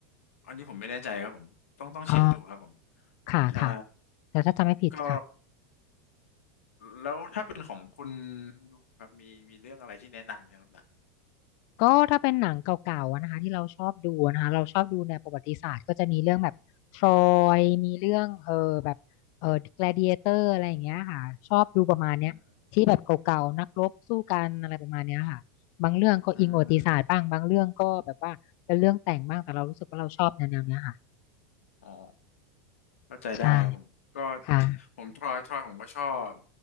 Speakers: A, on the left; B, on the left.
A: อันนี้ผมไม่แน่ใจครับผมต้องต้องเช็คดูครับผม
B: อ๋อค่ะค่ะ
A: ใช่
B: แต่ถ้าจำไม่ผิดค่ะ
A: ก็แล้วถ้าเป็นของคุณยูครับมีมีเรื่องอะไรที่แนะนำไหมครับหนัง
B: ก็ถ้าเป็นหนังเก่าๆอะนะคะที่เราชอบดูนะคะเราชอบดูแนวประวัติศาสตร์ก็จะมีเรื่องแบบทรอยมีเรื่องเออแบบเออ gladiator อเตอร์อะไรอย่างเงี้ยค่ะชอบดูประมาณเนี้ยที่แบบเก่าๆนักรบสู้กันอะไรประมาณเนี้ยค่ะบางเรื่องก็อิงประวัติศาสตร์บ้างบางเรื่องก็แบบว่าเป็นเรื่องแต่งบ้างแต่เรารู้สึกว่าเราชอบแนวๆเนี้ยค่ะ
A: อืมอืมอ๋อเข้าใจได้ครับผมก็
B: ใช่ค่ะ
A: ผมทรอยทรอยผมก็ชอบ